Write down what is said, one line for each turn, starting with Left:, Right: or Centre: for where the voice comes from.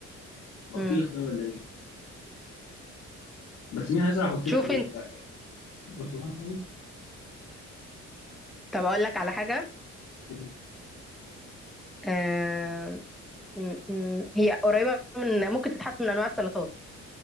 Left: بطيخ
Centre: امم
Left: ده ولا إيه؟ بس مين هيزرع بطيخ
Centre: شوف
Left: في بيته؟
Centre: انت
Left: لا برتقال
Centre: طب اقول لك على حاجه
Left: طيب
Centre: آم، م- م- هي قريبه من ممكن تتحط من انواع السلطات